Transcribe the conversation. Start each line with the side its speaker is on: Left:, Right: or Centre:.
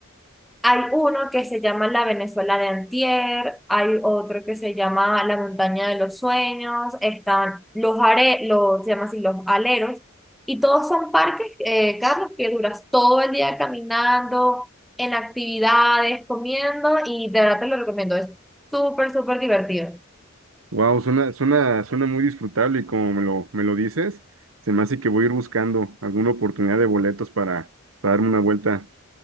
Centre: Hay uno que se llama La Venezuela de Antier, hay otro que se llama La Montaña de los Sueños, están los, are, los, se llama así, los aleros, y todos son parques, eh, Carlos, que duras todo el día caminando, en actividades, comiendo, y de verdad te lo recomiendo, es súper, súper divertido.
Right: Wow, suena, suena, suena muy disfrutable y como me lo, me lo dices, se me hace que voy a ir buscando alguna oportunidad de boletos para, para darme una vuelta